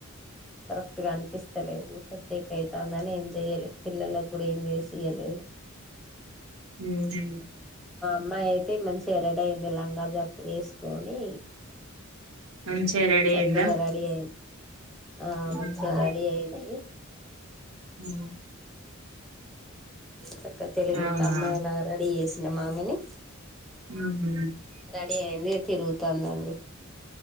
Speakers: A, in the centre; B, on the right.
A: కరెక్ట్గా అనిపిస్తలేదు హెడేక్ అయితందని ఏం చెయ్యలే పిల్లలకు కూడా ఏం చేసియలేదు
B: ఉహు
A: అమ్మాయి అయితే మంచిగ రడయింది లంగా జక్ట్ వేసుకొని
B: మంచిగా రెడీ
A: చక్కగా
B: అయిందా
A: రడి ఐంది ఆ
B: ఉహుమ్
A: మంచిగ రడి అయింది
B: ఉమ్
A: చక్కగా తెలిగింట
B: అవునా
A: అమ్మాయిలాగా రెడీ చేసినం మామని
B: ఊహు
A: రడీ అయింది ఇగ తిరుగుతందండి